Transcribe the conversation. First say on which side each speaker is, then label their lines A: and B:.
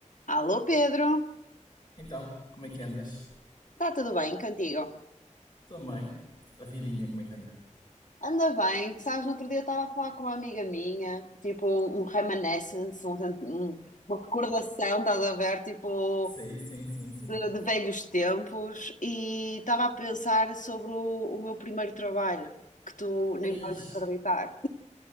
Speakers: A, on the left; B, on the left.
A: Alô Pedro,
B: Então, como é que andas?
A: está tudo bem contigo?
B: Também. A vidinha, como é que anda?
A: Anda bem, sabes, no outro dia estava a falar com uma amiga minha, tipo um reminiscence, um, um- uma recordação, estás a ver, tipo
B: Sim, sim, sim, sim.
A: de, de velhos tempos e estava a pensar sobre o, o meu primeiro trabalho, que tu nem
B: Aí,
A: vais acreditar.